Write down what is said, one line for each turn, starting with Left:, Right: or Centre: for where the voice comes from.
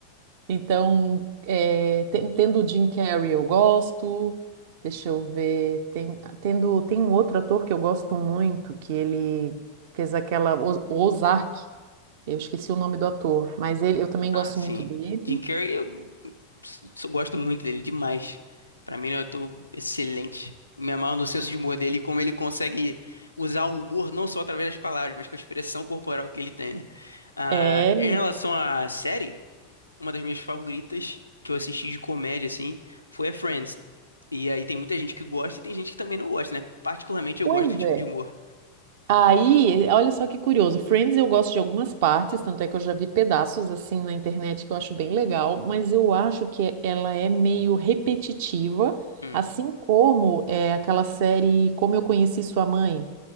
Right: Então, é, ten- tendo o Jim Carrey eu gosto. Deixa eu ver. Tem, tendo, tem um outro ator que eu gosto muito, que ele fez aquela O- Ozark. Eu esqueci o nome do ator, mas ele, eu também
Left: Ah,
Right: gosto
Left: sim.
Right: muito dele.
Left: Jim Carrey, s- gosto muito dele demais. Pra mim, ele é um ator excelente. Me amarro no senso de humor dele e como ele consegue usar o humor não só através das palavras, mas com a expressão corporal que ele tem, né? Ah,
Right: É,
Left: em relação à série, uma das minhas favoritas que eu assisti de comédia, assim, foi a Friends. E aí tem muita gente que gosta e tem gente que também não gosta, né? Particularmente
Right: pois
Left: eu gosto do tipo
Right: é.
Left: de humor.
Right: Aí, olha só que curioso. Friends eu gosto de algumas partes, tanto é que eu já vi pedaços assim na internet que eu acho bem legal, mas eu acho que ela é meio repetitiva,
Left: Hum,
Right: assim como é aquela série Como Eu Conheci Sua Mãe,